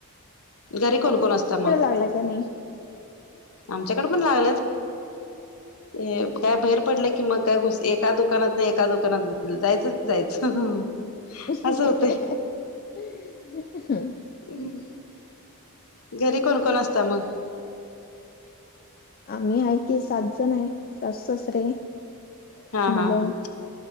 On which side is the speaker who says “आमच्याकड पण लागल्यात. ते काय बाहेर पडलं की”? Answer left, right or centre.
Left